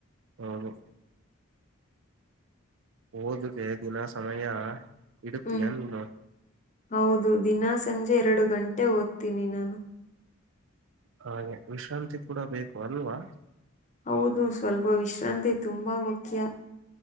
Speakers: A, on the right (about 60°); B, on the left (about 35°).
A: ಹೌದು ಓದಕ ದಿನ ಸಮಯ ಇಡತಯಾ
B: ಹ್ಮ್
A: ನೀನು
B: ಹೌದು ದಿನಾ ಸಂಜೆ ಎರಡು ಗಂಟೆ ಓದ್ತೀನಿ ನಾನು
A: ಹಾಗೆ ವಿಶ್ರಾಂತಿ ಕೂಡ ಬೇಕು ಅಲ್ವಾ
B: ಹೌದು ಸ್ವಲ್ಪ ವಿಶ್ರಾಂತಿ ತುಂಬಾ ಮುಖ್ಯ